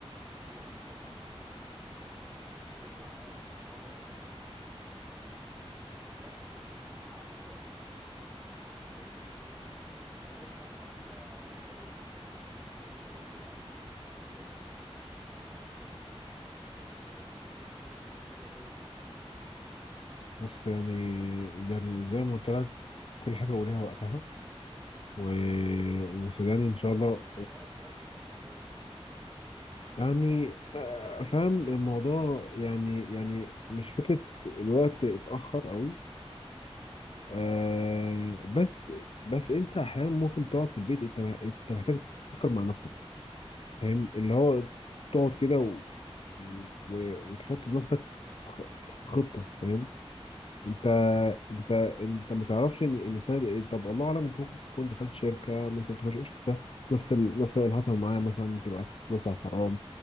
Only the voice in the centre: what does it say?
يحصل حادثة ولا حاجة اي العر- العجلة تت- تت- تتدشمل ه- هعمل ايه انا يعني فاهمني يعني انا ماشي واحده واحده يا ربنا يسهل اهو وعماله برضو اقدم على شغلانات اودي السي في بتاعي هنا وهنا وهنا بس ما ما قلت زي ما قلت لك مفيش حاجه جايبه يعني
ما- وقت وقتي اتاخر قوي كده